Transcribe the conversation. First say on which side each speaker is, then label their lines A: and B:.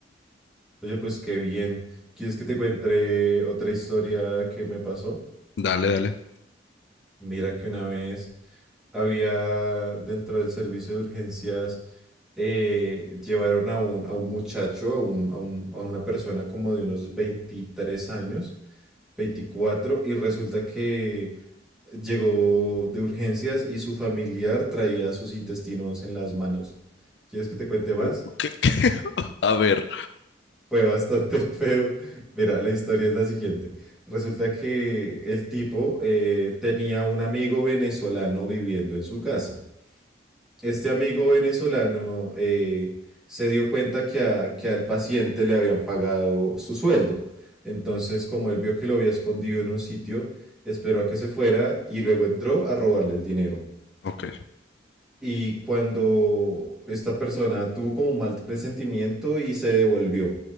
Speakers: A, in the centre; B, on the left.
A: Oye, pues qué bien. ¿Quieres que te cuente otra historia que me pasó?
B: Dale, dale.
A: Mira que una vez había dentro del servicio de urgencias, eh, llevaron a un, a un muchacho, a, un- a un- a una persona como de unos 23 años, 24 y resulta que llegó de urgencias y su familiar traía sus intestinos en las manos. ¿Quieres que te cuente más?
B: Uh, ¿qué- qué? <laughs> A ver.
A: Fue bastante <laughs> feo. Mira, la historia es la siguiente. Resulta que el tipo eh, tenía un amigo venezolano viviendo en su casa. Este amigo venezolano eh, se dio cuenta que, a- que al paciente le habían pagado su sueldo. Entonces, como él vio que lo había escondido en un sitio, esperó a que se fuera y luego entró a robarle el dinero.
B: Ok.
A: Y cuando esta persona tuvo como un mal presentimiento y se devolvió.